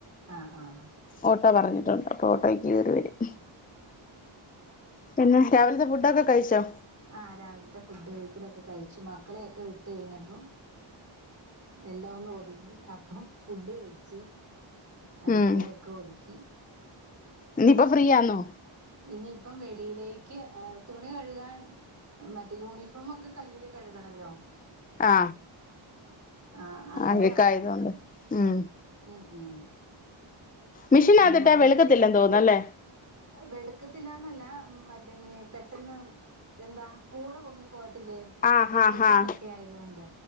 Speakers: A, on the right; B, on the left.
A: ആ ആ
B: ഓട്ടോ പറഞ്ഞിട്ടുണ്ട് ഓട്ടോക്ക് കേറി വരും പിന്നെ രാവിലത്തെ ഫുഡൊക്കെ കഴിച്ചോ
A: ആ രാവിലത്തെ ഫുഡ് കഴിക്കലൊക്കെ കഴിച്ചു മക്കളെയൊക്കെ വിട്ട കഴിഞ്ഞപ്പം എല്ലാം ഒന്ന് ഒതുങ്ങി അപ്പം ഫുഡ് കഴിച്ചു അടുക്കളയൊക്കെ
B: ഉം
A: ഒതുക്കി
B: ഇനിയിപ്പോ ഫ്രീ ആന്നോ
A: ഇനിയിപ്പം വെളിയിലേക്ക് തുണി കഴുകാൻ മറ്റേ യൂണിഫോം ഒക്കെ കല്ലില് കഴുകണല്ലോ
B: ആ
A: ആ അതിന്
B: ആക്കായതൊണ്ട്
A: ഇറങ്ങും
B: ഉം
A: ഉം ഉം
B: മിഷീനകത്തിട്ടാ
A: പിന്നെ വൈറ്റ്
B: വെളുക്കത്തില്ലെന്ന് തോന്നുന്നല്ലേ
A: വെളുക്കത്തില്ലാന്നല്ല മറ്റേ പെട്ടെന്ന് എന്താ കൂടെ പൊങ്ങി പോവത്തില്ലേ
B: ആഹ്
A: യൂണിഫോം
B: ആഹ് ആഹ്
A: ഒക്കെ ആയതുകൊണ്ട്